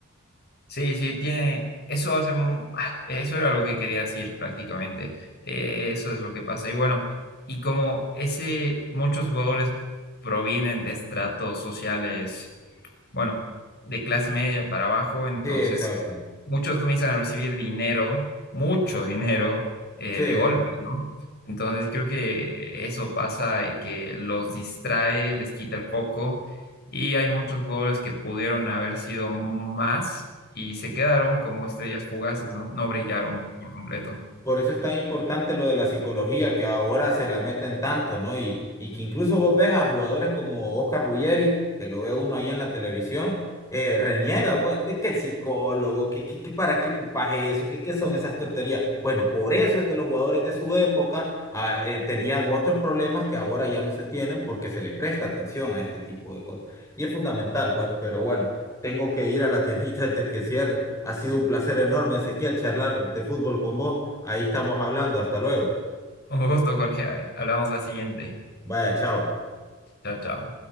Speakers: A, on the left (about 50°); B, on the left (about 15°).
A: Sí, sí, tiene, eso hace mu- ah, eso era lo que quería decir prácticamente, Eh, eso es lo que pasa. Y bueno, y como ese, muchos jugadores provienen de estratos sociales bueno, de clase media para abajo, entonces
B: Sí, exacto.
A: muchos comienzan a recibir dinero, mucho dinero, eh,
B: Sí,
A: de golpe, ¿no? Entonces creo que eso pasa y que los distrae, les quita el foco y hay muchos jugadores que pudieron haber sido más y se quedaron como estrellas fugaces, ¿no? No brillaron por completo.
B: Por eso es tan importante lo de la psicología, que ahora se la meten tanto, ¿no? Y, y que incluso vos ves a jugadores como Oscar Ruggeri, que lo ve uno ahí en la televisión, eh, reniega, pues, de que el psicólogo, que, que, que para qué ocupas eso, que qué son esas tonterías. Bueno, por eso es que los jugadores de su época ah, eh, tenían otros problemas que ahora ya no se tienen porque se le presta atención a este tipo de cosas. Y es fundamental, pues, pero bueno. Tengo que ir a la tiendita antes que cierre. Ha sido un placer enorme, Ezequiel, charlar de fútbol con vos. Ahí estamos hablando. Hasta luego.
A: Un gusto, Jorge. Hablamos la siguiente.
B: Vaya, chao.
A: Chao, chao.